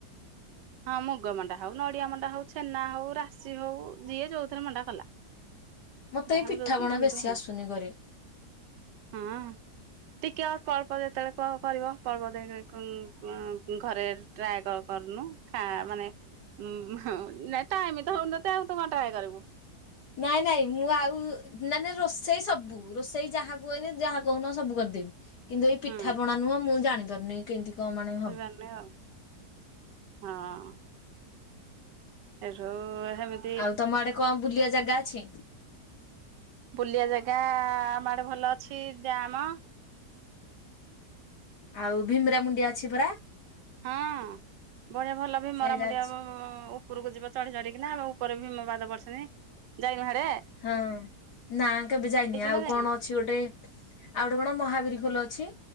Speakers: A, on the right (about 90°); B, on the left (about 70°).
A: ହଁ ମୁଗ ମଣ୍ଡା ହଉ, ନଡିଆ ମଣ୍ଡା ହଉ, ଛେନା ହଉ, ରାଶି ହଉ, ଯିଏ ଯୋଉଥିରେ ମଣ୍ଡା କଲା।
B: ମତେ
A: ଯାହାକୁ
B: ଏଇ ପିଠାପଣା
A: ଯୋଉ ଯେମିତି
B: ବେଶି
A: ଭଲ
B: ଆସୁନି କରି।
A: ହଁ। ଟିକିଏ ଅଳ୍ପ ଅଳ୍ପ ଯେତେବେଳେ କ ଅ କରିବ ଅଳ୍ପ ଅଳ୍ପ ଦେବେକ ଅଁ ଘରେ। ଟ୍ରାଏ କଲ୍ କରୁନୁ। ଖା ମାନେ ମୁ ହଁ ଟାଇମ୍ ତ ହୋଉନଥିବ ଆଉ ତୁ କଣ ଟ୍ରାଏ କରିବୁ।
B: ନାଇଁ ନାଇଁ ମୁଁ ଆଉ ନାଇଁ ନାଇଁ ରୋଷେଇ ସବୁ ରୋଷେଇ ଯାହା କୁଏନେ ଯାହା କହୁନ ସବୁ କରିଦେବି। କିନ୍ତୁ ଏଇ ପିଠା
A: ହୁଁ
B: ପଣା ନୁହଁ ମୁଁ ଜାଣି ପାରୁନି କିମିତି କଣ ମାଣେ।
A: ଏଇ ବାନେ ଆଉ ହଁ। ଏଇସବୁ ହେମିତ୍।
B: ଆଉ ତମ ଆଡେ କଣ ବୁଲିବା ଜାଗା ଅଛି?
A: ବୁଲିିବା ଜାଗା ଆମଆଡେ ଭଲ ଅଛି। ଡ୍ୟାମ
B: ଆଉ ଭିମିରା ମୁୁଣ୍ଡିଆ ଅଛି ପରା?
A: ହଁ। ବଢିଆ ଭଲ ବି
B: ସେଇଟା
A: ମରାମୁଡିଆ
B: ଅଛି।
A: ଉପରକୁ ଯିବା ଚଢି ଚଢିକିନା ଆଉ ଉପରେ ଭୀମ ପାଦ ବର୍ସେରେ ଯାଇ ବାହାରେ।
B: ହଁ। ନା କେବେ ଯାଇନି। ଆଉ
A: ନା ଯାଇନୁ
B: କଣ ଅଛି ଗୋଟେ? ଆଉ ଗୋଟେ କଣ ମହାବୀର ଖୋଲୋ ଅଛି।